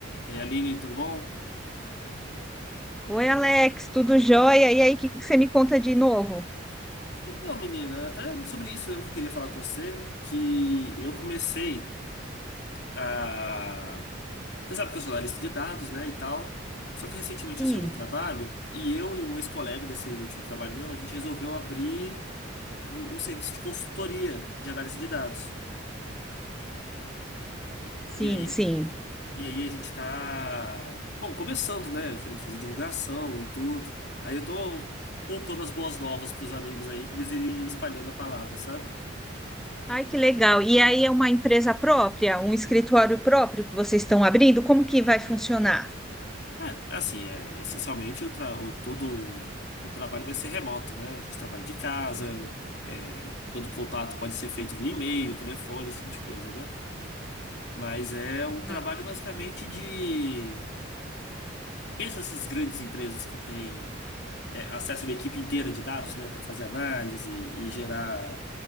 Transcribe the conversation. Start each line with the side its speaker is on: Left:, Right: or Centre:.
Left: E aí, Aline, tudo bom?
Centre: Oi, Alex, tudo jóia? E aí, o que que você me conta de novo?
Left: Então, menina, até sobre isso mesmo que eu queria falar com você, que eu comecei a... Você sabe que eu sou analista de dados, né, e tal. Só que recentemente
Centre: Sim,
Left: eu saí do trabalho e eu e um ex-colega desse último trabalho meu, a gente resolveu abrir um, um serviço de consultoria de análise de dados.
Centre: sim,
Left: E aí,
Centre: sim.
Left: e aí a gente tá, bom, começando, né, querendo fazer divulgação e tudo. Aí eu tô contando as boas novas pros amigos aí, pra eles irem espalhando a palavra, sabe?
Centre: Ai, que legal. E aí é uma empresa própria, um escritório próprio que vocês estão abrindo? Como que vai funcionar?
Left: É, assim, é, essencialmente o, tra- o- todo o trabalho vai ser remoto, né? A gente trabalha de casa, é, todo contato pode ser feito via e-mail, telefone, esse tipo de coisa, né? Mas é um trabalho
Centre: Ah,
Left: basicamente de... Pensa essas grandes empresas que têm é, acesso a uma equipe inteira de dados, né? Para fazer análise e gerar